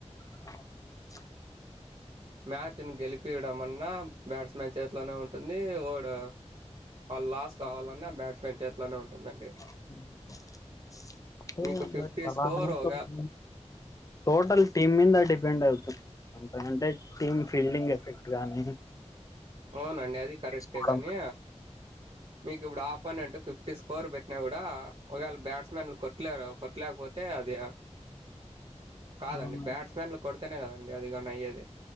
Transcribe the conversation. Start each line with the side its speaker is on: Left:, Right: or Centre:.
Left: అవునా
Right: మ్యాచ్ ని గెలిపియడం అన్నా బ్యాట్స్ మన్ చేతిలోనే ఉంటుంది. ఓడు వాళ్ళు లాస్ కావాలన్నా బ్యాట్స్మన్ చేతిలోనే ఉంటుందండి.
Left: <unintelligible>
Right: మీకు ఫిఫ్టీ స్కోర్ ఒగా
Left: టోటల్ టీమ్ మీద డిపెండ్ అవుతు అంటే టీమ్ ఫీల్డింగ్ ఎఫెక్ట్ గానీ
Right: అవునండి అది కరెక్టే
Left: స్కోరం
Right: గాని మీకు ఇప్పుడు ఆపన్ అంట ఫిఫ్టీ స్కోర్ పెట్టినా కూడా ఒకవేళ బ్యాట్స్మన్ కొట్టలేరు. కొట్టలేకపోతే అది కాదండి
Left: అవునండి
Right: బ్యాట్స్మెన్లు కోడి తేనే కదండి అది కానీ అయ్యేది.